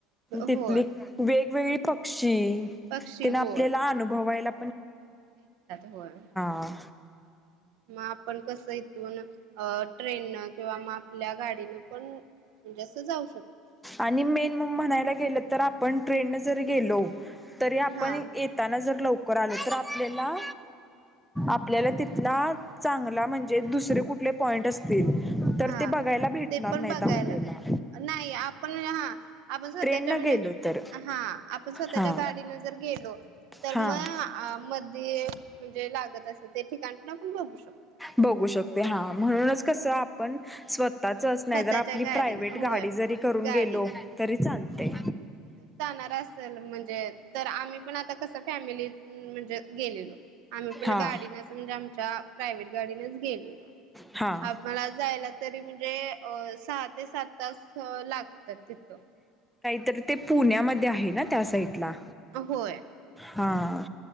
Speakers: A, in the centre; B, on the right.
A: तिथली
B: होय
A: वेगवेगळी पक्षी
B: पक्षी
A: तीन आपल्याला
B: होय
A: अनुभवायला
B: होय <unintelligible>
A: हं
B: मग आपण कसं इथून अ ट्रेननं किंवा म आपल्या गाडीनं पण असं जाऊ शकतो
A: आणि मेन मग म्हणायला गेलं तर आपण ट्रेन न जरी गेलो तरी आपण
B: हा
A: येताना जर लवकर आलो तर आपल्याला आपल्याला तिथला चांगला म्हणजे दुसरे कुठले पॉइंट असतील तर
B: हा
A: ते बघायला भेटणार
B: ते पण
A: नाहीत
B: बघायला
A: आपल्याला
B: नाही आपण म्हणे हा आपण स्वतःच्या
A: ट्रेन न
B: म्हणजे
A: गेलो तर
B: हा आपण स्वतःच्या
A: हा
B: गाडीन जर गेलो तर
A: हा
B: मग मध्ये म्हणजे लागत अस ते ठिकाण पण आपण बघू शकतो
A: बघू शकते हा म्हणूनच कसं आपण स्व आताच
B: स्वतःच्या
A: नाही ज आपली
B: गाडीने
A: प्रायव्ट
B: होय
A: गाडी जरी करून
B: गाडी
A: गेलो तरी चालते
B: कार असल म्हणजे तर आम्ही पण आता कसं फॅमिली म्हणजे गेलेलो आम्ही पण
A: हा.
B: गाडीन अस म्हणजे आमच्या प्रायव्ट गाडीनेच गेलो
A: हा
B: आम्हाला जायला तरी म्हणजे अ सहा ते सात तास लागतात तिथं
A: तर ते पुण्यामध्ये आहे ना त्या साईडला
B: अ होय
A: हां